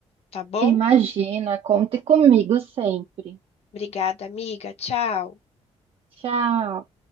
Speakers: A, on the left; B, on the right.
A: tá bom?
B: Imagina, conte comigo sempre.
A: Obrigada, amiga. Tchau.
B: Tchau.